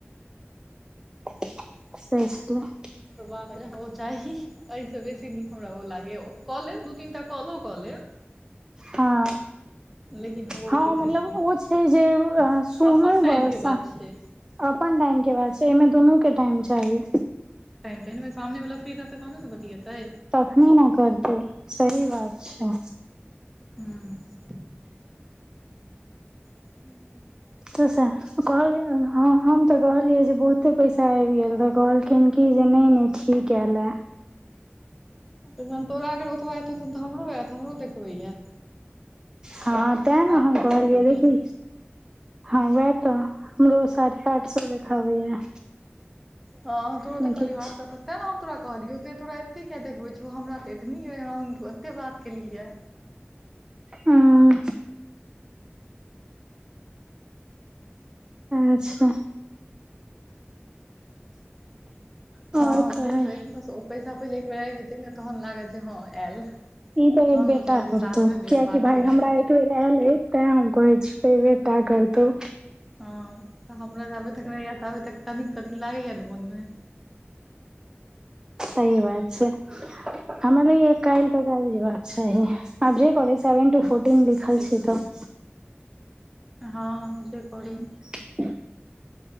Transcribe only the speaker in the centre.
ओ चाही। एहिसँ बेसी नीक हमरा ओ लागैय, ओ कऽ लेब दू-तीनटा कॉलो कऽ लेब।
लेकिन ओ
बेसी
कनी
अपन टाइम
के बात छै
तइने सामने वला फ्री रहै तहने ने बतियेतै।
हूँ <inaudible>
तखन तोरा अगर ओतबा एतौ तखन तऽ हमरो आयत हमरो देखबइयै।
सात
सए एकसठि
रुपया
हाँ तोरो देखालियो
आठ सए त। तेँ ने हम तोरा कहलियौ जे तोरा एते किया देखबै छौ, हमरा तऽ एतनी अइ हम त एते बात केली हऽ।
<inaudible>
हँ,
जे होय बस ओ पैसा पहिले एकबेर आबि जेतै ने तहन लागत जे हँ आयल।
हम
बुझाय जे
सार्थक भेल
बात
केनाइ
हँ। तऽ हमरा जाबे तक नहि ऐत ताबे तक। कनिक कथी लागैया तऽ मोन में।
देखि
हँ जे करै।